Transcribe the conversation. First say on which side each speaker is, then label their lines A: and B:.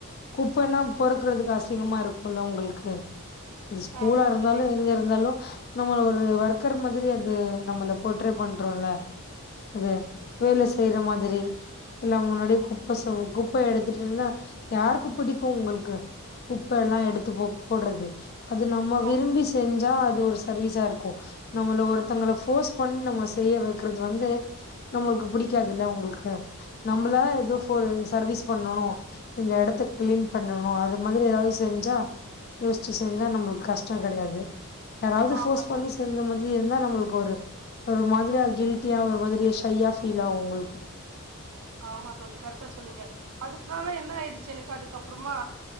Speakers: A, on the left; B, on the right.
A: குப்பைனா பொறுக்குறதுக்கு அசிங்கமா இருக்குல்ல உங்களுக்கு அது ஸ்கூலா
B: ஆமா
A: இருந்தாலு
B: தோழி
A: எங்க இருந்தாலு நம்மள ஒரு ஒர்க்கர் மாதிரி அது நம்மள போட்ரே பண்றோல அது வேல செய்யற மாதிரி எல்லா முன்னாடியே குப்ப செய்வோ குப்ப எடுத்துட்டு இருந்தா யாருக்கு புடிக்கு உங்களுக்கு குப்ப எல்லா எடுத்து போ போடுறது அது நம்ம விரும்பி
B: ஆமா
A: செஞ்சா அது இது ஒரு சர்வீஸா இருக்கு நம்மள ஒருத்தங்கள போஸ் பண்ணி நம்ம செய்ய வக்கிறது வந்து நம்மளுக்கு புடிக்காதுல்ல உங்களுக்கு நம்மளா ஏதோ சர்வீஸ் பண்ணணு இந்த எடத்த கிளீன் பண்ணணு அது மாரி ஏதாது செஞ்சா யோசிச்சு செஞ்சா நம்மளுக்கு கஷ்ட கெடையாது யாராது
B: ஆமா
A: போர்ஸ் பண்ணி
B: தோழி
A: செஞ்ச மாதிரி இருந்தா நம்ம உங்கொரு ஒரு மாதிரியா கில்ட்டியா ஒரு மாதிரி ஷையாப் ஃபீலா உங்களுக்கு
B: ஆமா தோழி கரெட்டா சொன்னீங்க அதனால என்ன ஆயிருச்சு எனக்கு அதுக்கப்பறமா